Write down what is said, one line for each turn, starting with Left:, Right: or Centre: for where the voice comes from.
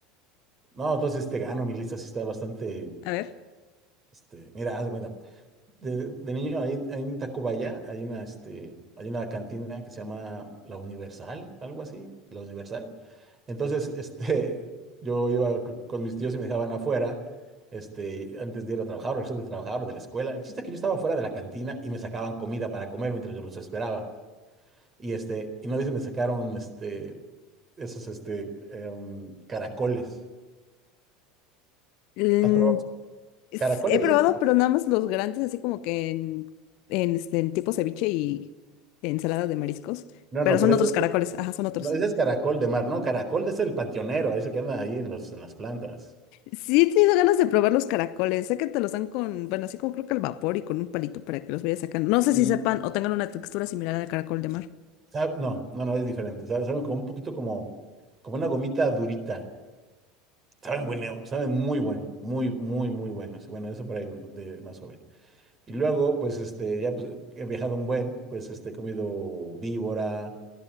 Right: No, entonces te gano. Mi lista sí está bastante.
Left: A ver.
Right: Este, mira, haz de cuenta. de, de niño, ahí, ahí en Tacubaya hay una, este, hay una cantina que se llama La Universal, algo así, La Universal. Entonces, <laughs> este, yo iba co- con mis tíos y me dejaban afuera, este, antes de ir a trabajar, regresar de trabajar o de la escuela. El chiste es que yo estaba fuera de la cantina y me sacaban comida para comer mientras yo los esperaba. Y este, y no dice, me sacaron, este, esos, este, em, caracoles.
Left: Mm,
Right: ¿Has probado los
Left: es-
Right: caracoles?
Left: he probado,
Right: de Esos como...
Left: pero nada más los grandes, así como que en, en, este, en tipo ceviche y ensalada de mariscos.
Right: No,
Left: Pero
Right: no,
Left: son
Right: pero
Left: otros
Right: estos
Left: caracoles, ajá, son otros.
Right: No, ese es caracol de mar, no, caracol es el panteonero, ese que anda ahí en los, en las plantas.
Left: Sí, he tenido ganas de probar los caracoles. Sé que te los dan con, bueno, así como creo que al vapor y con un palito para que los vayas sacando. No sé
Right: Sí,
Left: si sepan o tengan una textura similar al caracol de mar.
Right: Sa- No, no, no, es diferente. Saben, saben como un poquito como, como una gomita durita. Saben bueno, saben muy bueno, muy, muy, muy buenos. Bueno, eso por ahí de más joven. Y luego, pues, este, ya pues, he viajado un buen, pues, este, he comido víbora,